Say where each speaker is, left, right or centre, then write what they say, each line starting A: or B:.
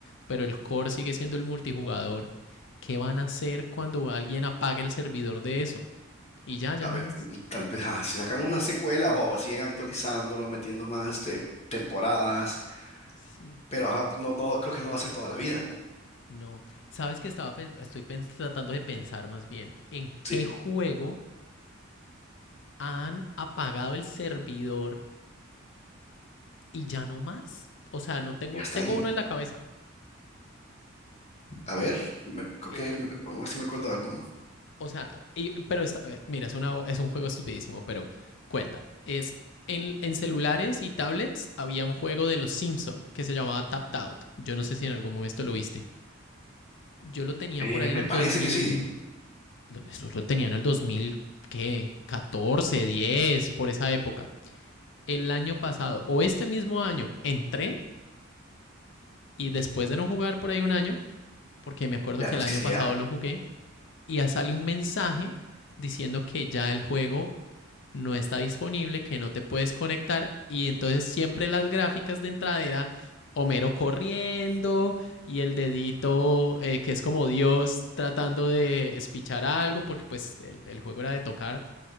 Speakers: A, on the left; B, on the left.
A: pero el core sigue siendo el multijugador. ¿Qué van a hacer cuando alguien apague el servidor de eso? Y ya, ya
B: A
A: no
B: ver,
A: hay más.
B: tal vez ah, si sacan una secuela o siguen actualizándolo, metiendo más este, temporadas,
A: Sí,
B: pero ajá, no, no creo que no va a ser toda la vida.
A: no. Sabes que estaba pen- estoy pens- tratando de pensar más bien en qué
B: Sí,
A: juego han apagado el servidor y ya no más. O sea, no tengo,
B: y hasta
A: tengo
B: ahí.
A: uno en la cabeza.
B: A ver, me- creo
A: Eh,
B: que me- vamos a ver si me acuerdo de alguno.
A: O sea, y- pero está- eh, mira, es, una, es un juego estupidísimo, pero cuenta. Es en, en celulares y tablets había un juego de los Simpson que se llamaba Tapped Out. Yo no sé si en algún momento lo viste. Yo lo tenía
B: Eh,
A: por ahí
B: me
A: en el
B: parece
A: 2000.
B: que sí.
A: lo- Eso lo tenía en el 2000, ¿qué? 14, 10, por esa época. El año pasado, o este mismo año, entré y después de no jugar por ahí un año, porque me acuerdo
B: Ya
A: que
B: no
A: el
B: es
A: año
B: que sea.
A: pasado lo jugué, y ya sale un mensaje diciendo que ya el juego no está disponible, que no te puedes conectar y entonces siempre las gráficas de entrada era Homero corriendo y el dedito eh, que es como Dios tratando de espichar algo porque pues el, el juego era de tocar